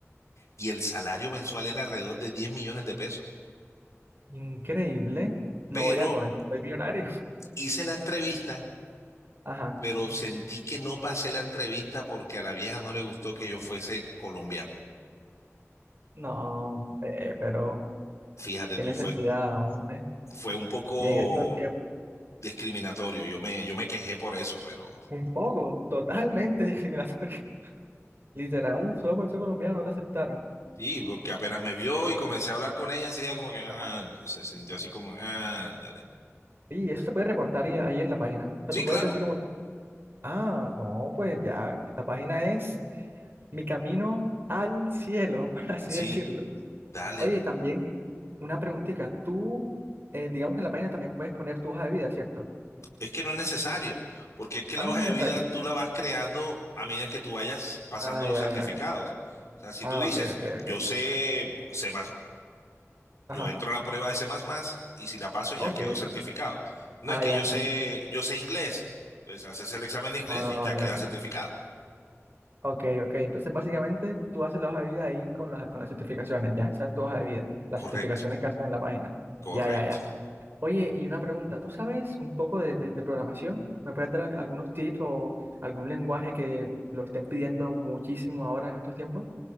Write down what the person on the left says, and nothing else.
y el salario mensual era alrededor de 10 millones de pesos.
Pero
hice la entrevista,
pero sentí que no pasé la entrevista porque a la vieja no le gustó que yo fuese colombiano.
Fíjate
tú,
fue,
fue un poco
discriminatorio. Yo me, yo me quejé por eso, pero
sí, porque apenas me vio y comencé a hablar con ella, enseguida como que ah,
se sintió así como, ándale.
Sí,
claro.
Sí,
dale.
Es que no es necesario, porque es que la
hoja
de vida tú la vas creando a medida en que tú vayas pasando
los
certificados.
O sea, si
tú dices,
eh,
yo sé C++,
yo entro a la prueba de C++ y si la paso ya
quedo certificado. No
es que
yo
sé, yo sé inglés. Entonces haces el examen de inglés
y ya
queda
certificado.
Correcto,
correcto.